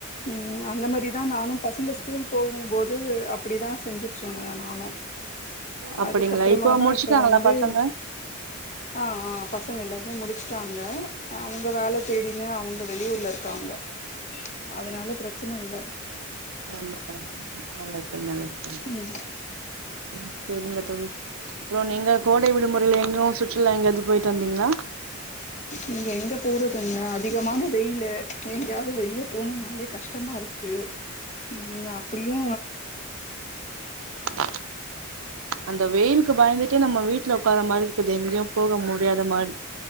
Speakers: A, on the left; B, on the right.
A: ம் அந்த மாரிதா நானு பசங்க ஸ்கூல் போகும்போது அப்படிதா செஞ்சுட்ருந்த நானு
B: அப்டிங்களா
A: அதுக்கப்பறமாதா
B: இப்போ முடிச்சுட்டாங்களா
A: இப்ப வந்து
B: பசங்க
A: ஆ ஆ பசங்க எல்லாருமே முடிச்ட்டாங்க அவங்க வேல தேடின்னு அவங்க வெளியூர்ல இருக்காங்க அதனால பிரச்சனை இல்ல
B: ஆமா டா நல்லதுதா நல்லதுதா
A: ம்
B: ம் சரிங்க தோழி அப்புற நீங்க கோடை விடுமுறையில எங்கு சுற்றுலா எங்கயாது போயிட்டு வந்தீங்களா
A: நீங்க எங்க போறதுங்க அதிகமான வெயிலு எங்கயாவது வெளிய போணுனாலே கஷ்டமா இரு க்கு ம் அப்டியு
B: ஆ அந்த வெயிலுக்கு பயந்துட்டே நம்ம வீட்ல உக்கார மாரி இருக்குது எங்யும் போக முடியாத மாரி